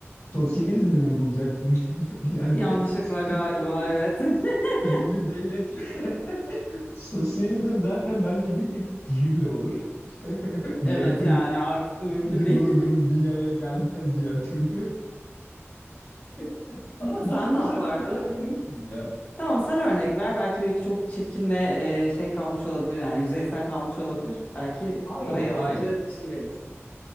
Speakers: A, on the left (about 75°); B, on the left (about 35°).
A: Sosyalizmi mi bulacaksın? <laughs> Yani
B: Yanlışlıkla
A: sihirli,
B: galiba evet. <laughs>
A: sihirli değnekle. <laughs> Sosyalizm zaten bence bir tek sihirle olur. <laughs>
B: Evet
A: Diğer türlü
B: yani aksi mümkün
A: içinde
B: değil.
A: bulunduğumuz dünyaya gelmez diğer türlü. <laughs>
B: <laughs>
A: Ama daha
B: Sen
A: güzel
B: ne yapardın?
A: kullanabilirsin ya.
B: Tamam sen örnek ver. Belki benimki çok çirkin ve e, şey kalmış olabilir yani yüzeysel kalmış olabilir. Belki
A: Hayır,
B: daha yaratıcı
A: hayır.
B: bir şey verirsin.